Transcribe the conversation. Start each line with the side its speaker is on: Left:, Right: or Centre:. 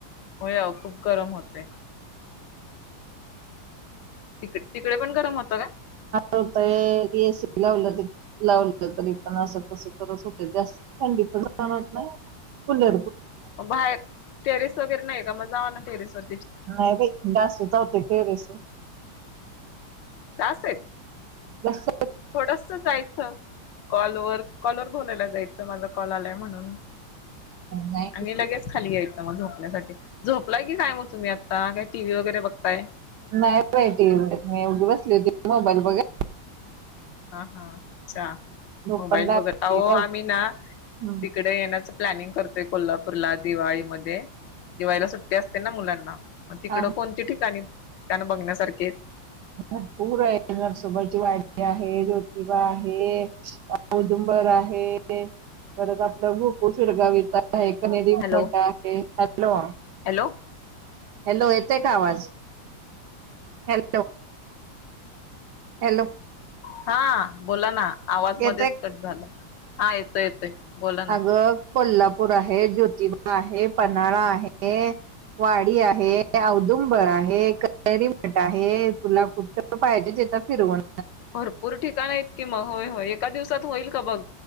Left: हो या खूप गरम होतेय तिक तिकडे पण गरम होत का
Right: होतय एसी लावलं त लावलं तरी पण असं कस तरच होत जास्त थंडी पण जाणत नाही फुले
Left: मग बाहेर टेरेस वगैरे नाही का मग जावा ना टेरेस वर
Right: नाही बाई डास चावतात टेरेस वर <inaudible>
Left: डास आहेत
Right: बस
Left: थोडस जायचं कॉलवर कॉल वर बोलायला जायचं माझा कॉल आलाय म्हणून
Right: नाही
Left: आणि लगेच खाली यायचं मग झोपण्यासाठी झोपला की काय तुम्ही आता काय टी व्ही वगैरे बघताय
Right: नाही बाई टी वी मी बसली होती मोबाईल बघत
Left: हा हा अच्छा
Right: झोप
Left: मोबाईल
Right: पण लागली
Left: बघत अहो
Right: लव-
Left: आम्ही ना
Right: हम्म.
Left: तिकडे येण्याच प्लॅनिंग करतो कोल्हापूरला दिवाळीमध्ये दिवाळीला सुट्टी असते ना मुलांना मग तिकडं
Right: आहे.
Left: कोणती ठिकाणी ठिकाण बघण्यासारखी आहेत
Right: भरपूर आहे नरसोंबाची वाडी आहे ज्योतिबा आहे औदुंबर आहे परत आपलं गोकुळ शिरगावत कनेरी
Left: हॅलो
Right: मठ आहे हॅलो
Left: हॅलो
Right: हॅलो येते का आवाज च हॅलो
Left: हा बोला ना आवाज
Right: येते
Left: मध्येच कट झाला हा येतोय येतोय बोला ना
Right: अगं कोल्हापूर आहे ज्योतिबा आहे पन्हाळा आहे वाडी आहे औदुंबर आहे कान कणेरी मठ आहे तुला कुठ पाहिजे तिथ फिरवण
Left: भरपूर ठिकाण हायत को मग होय होय एका दिवसात होईल का बघ